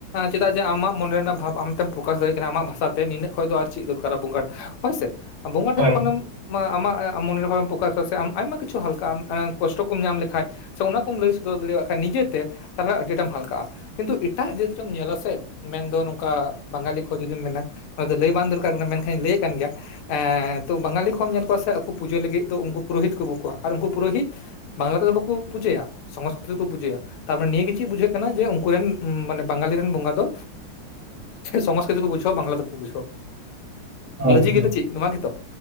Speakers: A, on the left; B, on the right.
A: ᱪᱮᱫᱟᱜ ᱡᱮ ᱟᱢᱟᱜ ᱢᱚᱱᱮ ᱨᱮᱱᱟᱜ ᱵᱷᱟᱵᱽ ᱟᱢ ᱛᱮᱢ ᱯᱨᱚᱠᱟᱥ ᱫᱟᱲᱮᱭᱟᱜ ᱠᱟᱱᱟ ᱟᱢᱟᱜ ᱵᱷᱟᱥᱟ ᱛᱮ ᱱᱤᱱᱟᱹᱜ ᱠᱷᱚᱪ ᱫᱚ ᱟᱨ ᱪᱮᱫ ᱫᱚᱨᱠᱟᱨᱟ ᱵᱚᱸᱜᱟ ᱦᱳᱭᱥᱮ, ᱵᱚᱸᱜᱟ ᱴᱷᱮᱱ
B: ᱦᱳᱭ
A: ᱡᱚᱠᱷᱚᱱᱮᱢ ᱟᱢᱟᱜ ᱢᱚᱱᱮᱨ ᱵᱷᱟᱵᱮᱢ ᱯᱨᱚᱠᱟᱥᱟ ᱥᱮ ᱟᱢ ᱟᱭᱢᱟ ᱠᱤᱪᱷᱩᱢ ᱦᱟᱞᱠᱟᱜ ᱟᱢ ᱠᱚᱥᱴᱚ ᱠᱚᱢ ᱧᱟᱢ ᱞᱮᱠᱷᱟᱪ ᱥᱮ ᱚᱱᱟ ᱠᱚᱢ ᱞᱟᱹᱭ ᱥᱚᱫᱚᱨ ᱫᱟᱲᱮᱭᱟᱜ ᱠᱷᱟᱪ ᱱᱤᱡᱮᱛᱮ ᱛᱟᱦᱞᱮ ᱟᱹᱰᱤ ᱴᱟᱢ ᱦᱟᱞᱠᱟᱜᱼᱟ ᱾ ᱠᱤᱱᱛᱩ ᱮᱴᱟᱜ ᱡᱟᱹᱛ ᱨᱮᱢ ᱧᱮᱞᱟ ᱥᱮ ᱢᱮᱱᱫᱚ ᱱᱚᱝᱠᱟ ᱵᱟᱝᱜᱟᱞᱤ ᱠᱚ ᱡᱩᱫᱤᱢ ᱢᱮᱱᱟ ᱱᱚᱣᱟ ᱫᱚ ᱞᱟᱹᱭ ᱵᱟᱝ ᱫᱚᱨᱠᱟᱨ ᱠᱟᱱᱟ ᱢᱮᱱᱠᱷᱟᱱᱤᱧ ᱞᱟᱹᱭᱮᱫ ᱠᱟᱱ ᱜᱮᱭᱟ ᱮ ᱛᱚ ᱵᱟᱝᱟᱞᱤ ᱠᱷᱚᱢ ᱧᱮᱞ ᱠᱚᱣᱟ ᱥᱮ ᱟᱠᱚ ᱯᱩᱡᱟᱹ ᱞᱟᱹᱜᱤᱫ ᱫᱚ ᱩᱱᱠᱩ ᱯᱩᱨᱳᱦᱤᱛ ᱠᱚ ᱟᱹᱜᱩ ᱠᱚᱣᱟ ᱟᱨ ᱩᱱᱠᱩ ᱯᱩᱨᱳᱦᱤᱛ ᱵᱟᱝᱞᱟ ᱛᱮᱫᱚ ᱵᱟᱠᱚ ᱯᱩᱡᱟᱹᱭᱟ ᱾ ᱥᱚᱝᱥᱠᱨᱤᱛ ᱛᱮᱠᱚ ᱯᱩᱡᱟᱹᱭᱟ ᱛᱟᱨᱢᱟᱱᱮ ᱱᱤᱭᱟᱹ ᱜᱮ ᱪᱮᱫ ᱵᱩᱡᱷᱟᱹᱜ ᱠᱟᱱᱟ ᱡᱮ ᱩᱱᱠᱩ ᱨᱮᱱ ᱢᱟᱱᱮ ᱵᱟᱝᱜᱟᱞᱤ ᱨᱮᱱ ᱵᱚᱸᱜᱟ ᱫᱚ ᱥᱚᱝᱥᱠᱨᱤᱛ ᱫᱚᱠᱚ ᱵᱩᱡᱷᱟᱹᱣᱟ ᱵᱟᱝᱞᱟ ᱫᱚ ᱵᱟᱠᱚ ᱵᱩᱡᱷᱟᱹᱣᱟ,
B: ᱦᱳᱭ
A: ᱞᱚᱡᱤ
B: ᱦᱳᱭ
A: ᱜᱮ ᱪᱮᱫ ᱱᱚᱣᱟ ᱜᱮᱛᱚ?